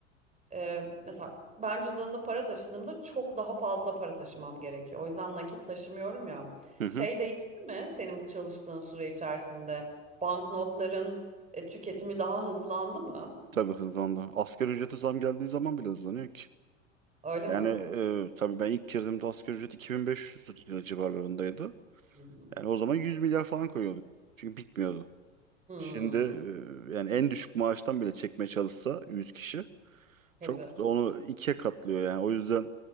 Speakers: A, on the right; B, on the right.
A: Ee, mesela ben cüzdanımda para taşıdığımda çok daha fazla para taşımam gerekiyor. O yüzden nakit taşımıyorum ya.
B: hı hı,
A: Şey değişti mi senin bu çalıştığın süre içerisinde? Banknotların e, tüketimi daha hızlandı mı?
B: tabii hızlandı. Asgari ücrete zam geldiği zaman bile hızlanıyor ki.
A: Öyle
B: Yani
A: mi?
B: e, tabii ben ilk girdiğimde asgari ücret 2500 lira civarlarındaydı.
A: Hmm.
B: Yani o zaman 100 milyar falan koyuyorduk. Çünkü bitmiyordu.
A: Hmm,
B: Şimdi e, yani en düşük maaştan bile çekmeye çalışsa 100 kişi
A: tabii.
B: çok onu ikiye katlıyor yani. O yüzden